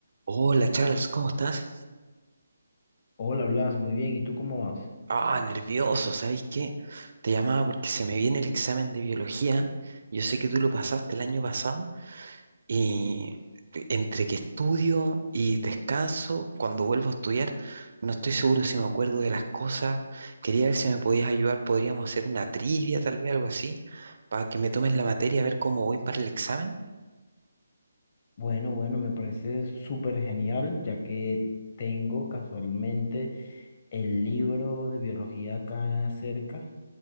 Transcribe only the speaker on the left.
Hola, Blas, muy bien. ¿Y tú cómo vas?
Bueno, bueno, me parece súper genial, ya que tengo casualmente el libro de biología acá cerca